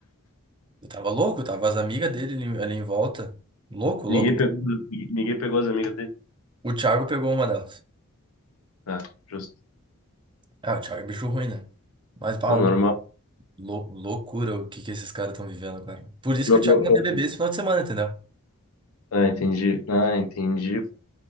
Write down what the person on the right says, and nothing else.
Ele tava louco, tava as amigas dele ali, ali em volta. Louco,
louco.
O Thiago pegou uma delas.
Ah, o Thiago é bicho ruim, né? Mas, pau,
meu, lou- loucura o que que esses caras estão vivendo agora. Por isso
que o Thiago
não
quer beber esse final de semana, entendeu?